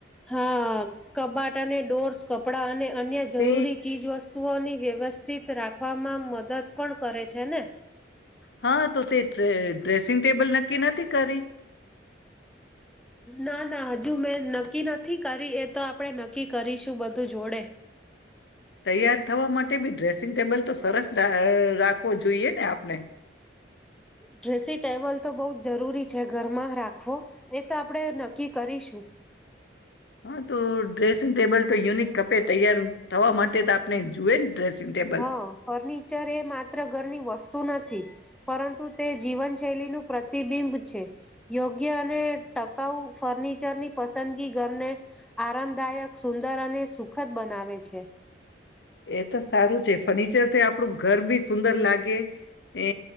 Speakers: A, in the centre; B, on the left.
A: હા કબાટ અને ડોર્સ કપડાં અને અન્ય જરૂરી
B: તે
A: ચીજવસ્તુઓની વ્યવસ્થિત રાખવામાં મદદ પણ કરે છે ને.
B: હા તો તે ઢ્રે ઢ્રેસિંગ ટેબલ નક્કી નથી કરી.
A: ના, ના હજુ મેં નક્કી નથી કરી, એ તો આપણેે નક્કી કરીશું બધું જોડે.
B: તૈયાર થવા માટે બી ડ્રેસિંગ ટેબલ તો સરસ ર અહ રાખવો જોઈએ ને આપણે.
A: ડ્રેસિ ટેબલ તો બહું જ જરૂરી છે ઘરમાં રાખવો, એ તો આપણેે નક્કી કરીશું.
B: હા તો ડ્રેસિંગ ટેબલ તો યુનિક ખપે તૈયાર થવા માટે તો આપણે જુએ ને. ડ્રેસિંગ ટેબલ
A: હં ફર્નિચર એ માત્ર ઘર ની વસ તુ નથી પરં તું તે જીવનશૈલીનું પ્રતિબિંબ છે. યોગ્ય અને ટકાઉ ફર્નિચરની પસંદગી ઘરને આરામદાયક, સુંદર અને સુખદ બનાવે છે.
B: એ તો સારું છે ફર્નિચરથી આપણું ઘર બી સુંદર લાગે, એ